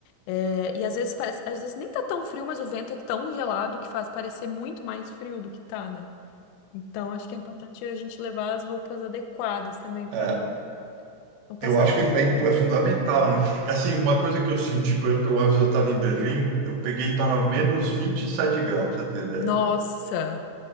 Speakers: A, on the left (about 85°); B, on the right (about 75°).
A: É, e às vezes parece, às vezes nem tá tão frio, mas o vento é tão gelado que faz parecer muito mais frio do que tá, né? Então acho que é importante a gente levar as roupas adequadas também pra
B: É,
A: não não passar
B: eu acho
A: tanto
B: que bem,
A: frio.
B: é fundamental, né? Assim, uma coisa que eu senti, por exemplo, uma vez eu estava em Berlim, eu peguei, estava menos 27 graus, pra você ter ideia.
A: Nossa.